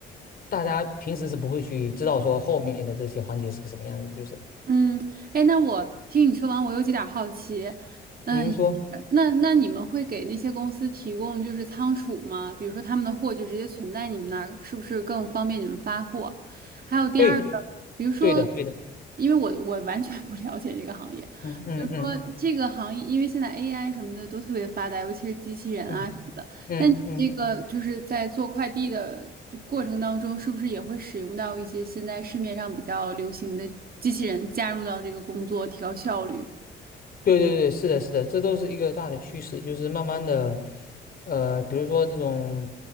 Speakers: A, on the left; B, on the right.
A: 大家平时是不会去知道说后面的这些环节是个什么样子，就是
B: 嗯，哎，那我听你说完，我有几点儿好奇。嗯，
A: 您说
B: 那那你们会给那些公司提供就是仓储吗？比如说他们的货就直接存在你们那儿，是不是更方便你们发货？还有第二个，
A: 对，
B: 比如说，
A: 对的，对的，
B: 因为我我完全不了解这个行业，
A: 嗯嗯嗯
B: 比如说这个行业，因为现在 AI 什么的都特别发达，尤其是机器人啊什么的。
A: 嗯嗯嗯。
B: 那你这个就是在做快递的过程当中，是不是也会使用到一些现在市面上比较流行的机器人加入到这个工作，提高效率？
A: 对对对，是的，是的，这都是一个大的趋势，就是慢慢的，呃，比如说这种，